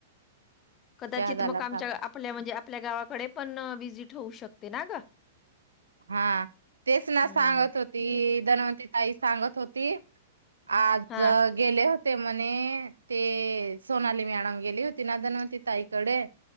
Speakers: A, on the left; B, on the right.
A: कदाचित
B: शहादाला
A: मग आमच्या
B: थांब
A: आपल्या म्हणजे. आपल्या गावाकडे पण व्हिजिट होऊ शकते ना गं?
B: हा तेच
A: हम्म
B: ना सांगत होती धनवंती ताई सांगत होती. आज
A: हा
B: गेले होते. ते म्हणे ते सोनाली मॅडम गेली होती ना, धनवती ताईकडे.